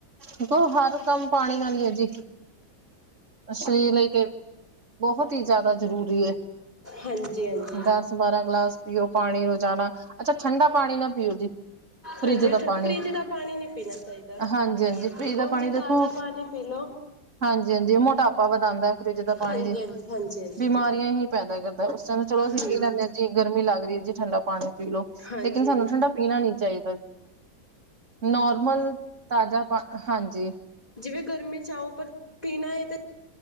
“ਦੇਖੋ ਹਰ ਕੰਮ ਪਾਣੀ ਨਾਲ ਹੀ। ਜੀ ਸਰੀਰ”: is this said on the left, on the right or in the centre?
Right